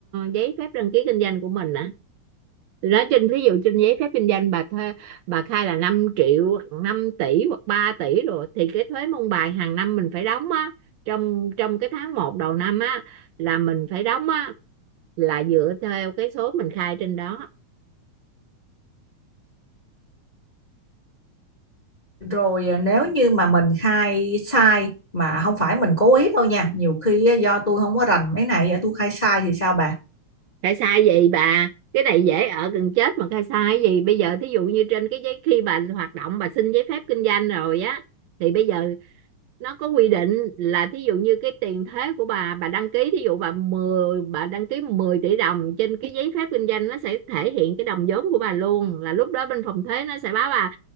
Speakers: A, on the right (about 75°); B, on the left (about 20°).
A: giấy phép đăng ký kinh doanh của mình á Thì trên ví dụ trên giấy phép kinh doanh bà thuê bà khai là năm triệu năm tỷ hoặc ba tỷ rồi thì cái thuế môn bài hàng năm mình phải đóng á trong trong cái tháng một đầu năm á là mình phải đóng á là dựa theo cái số mình khai trên đó
B: Rồi à, nếu như mà mình khai sai mà không phải mình cố ý đâu nha, nhiều khi á, do tôi không có rành mấy này, giờ tôi khai sai thì sao bà?
A: khai sai gì bà cái này dễ ở gần chết mà khai sai gì bây giờ thí dụ như trên cái giấy khi bà hoạt động bà xin giấy phép kinh doanh rồi á thì bây giờ nó có quy định là thí dụ như cái tiền thuế của bà bà đăng ký thí dụ bà mười bà đăng ký 10 tỷ đồng trên cái giấy phép kinh doanh nó sẽ thể hiện cái đồng vốn của bà luôn là lúc đó bên phòng thuế nó sẽ báo bà